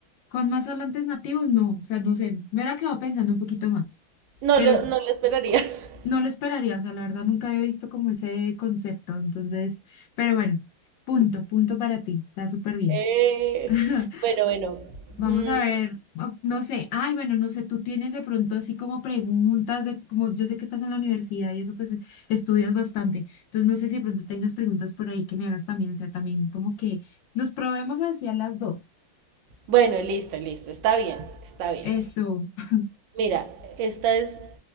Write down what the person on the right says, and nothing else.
no
lo,
no lo esperarías. <laughs>
Eh,
bueno, bueno.
Mm,
bueno, listo, listo. Está bien, está bien.
Mira, esta es,